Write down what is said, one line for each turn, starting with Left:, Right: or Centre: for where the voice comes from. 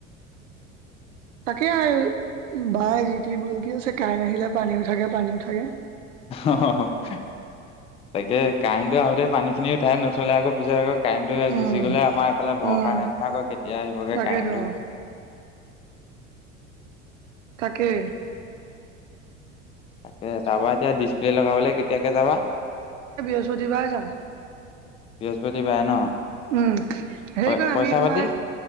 Right: তাকে আৰু বাই জি-তি বকি আছে কাৰেন আহিলে পানী উঠাগে পানী উঠগে।
Left: অ তাকে কাৰেণ্টটো আহোতে পানী খিনি উঠাই নথলে আকৌ পিছত আকৌ কাৰেণ্টটো
Right: উম
Left: গুচি গ'লে আমাৰ এইফালে ভৰসা
Right: উম
Left: নাই নহয় আকৌ কেতিয়া আহিবগে
Right: তাকেতো
Left: কাৰেণ্টটো। <inaudible>
Right: অ তাকে।
Left: তাকে তাৰপা এতিয়া ডিছপ্লে লগাবলৈ কেতিয়াকে যাবা?
Right: বৃহস্পতি বাৰ যাম।
Left: বৃহস্পতি বাৰে ন।
Right: উম হেৰি
Left: প
Right: কয় আমি
Left: পইচা
Right: তোমাৰ
Left: পাতি